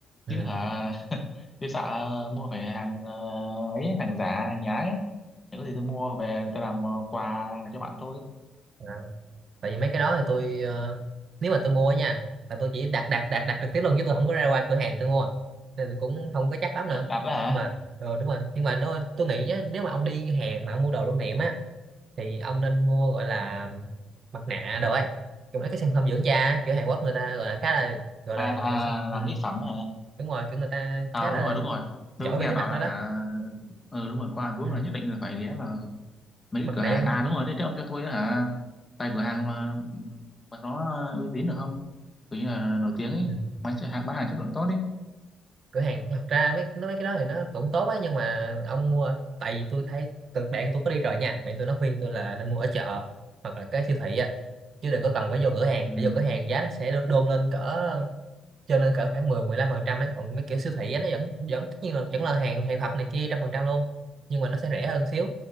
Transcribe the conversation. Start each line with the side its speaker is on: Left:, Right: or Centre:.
Right: ừ.
Left: chứ hả <laughs> chứ sợ mua phải hàng ờ, ấy hàng giả hàng nhái ấy. Để có gì tôi mua về tôi làm ờ, quà cho bạn thôi
Right: à, tại vì mấy cái đó thì tôi ờ, nếu mà tôi mua á nha là tôi chỉ đặt đặt đặt đặt trực tiếp luôn chứ tôi không có ra qua cửa hàng tôi mua nên tôi cũng không có chắc lắm
Left: Ờ,
Right: nữa
Left: đặt đó hả
Right: nhưng mà ờ đúng rồi nhưng mà nó tôi nghĩ á, nếu mà ông đi Hàn mà ông mua đồ lưu niệm á thì ông nên mua gọi là mặt nạ đồ ấy kiểu mấy cái sản phẩm dưỡng da á, kiểu Hàn Quốc người ta gọi là khá là gọi
Left: à,
Right: là gọi là sao
Left: à làm
Right: ừ.
Left: mỹ phẩm hả
Right: đúng rồi kiểu người ta
Left: à
Right: khá là
Left: đúng rồi đúng rồi
Right: giỏi
Left: tôi cũng
Right: về
Left: nghe
Right: cái
Left: bảo
Right: mặt đó
Left: đó hả
Right: đó
Left: ừ đúng rồi qua Hàn Quốc
Right: ừ.
Left: là nhất định là phải ghé vào mấy cái
Right: mặt
Left: cửa hàng
Right: nạ
Left: à
Right: dưỡng-
Left: đúng rồi thế, thế ông cho tôi á hả vài cửa hàng mà mà nó uy tín được không kiểu như là nổi tiếng ấy
Right: ừ.
Left: bán hàng bán hàng chất lượng tốt đi
Right: cửa hàng thật ra mấy nó mấy cái đó thì nó cũng tốt ấy nhưng mà ông mua tại vì tôi thấy từ bạn tôi có đi rồi nha bạn tôi nó khuyên tôi là nên mua ở chợ hoặc là cái siêu thị á chứ đừng có cần phải vô cửa hàng
Left: ừ
Right: để vô cửa hàng giá nó sẽ được đôn lên cỡ cho nên cỡ khoảng mười mười lăm phần trăm ấy còn mấy kiểu siêu thị á, nó vẫn vẫn tất nhiên là vẫn là hàng hàng thật này kia trăm phần trăm luôn nhưng mà nó sẽ rẻ hơn xíu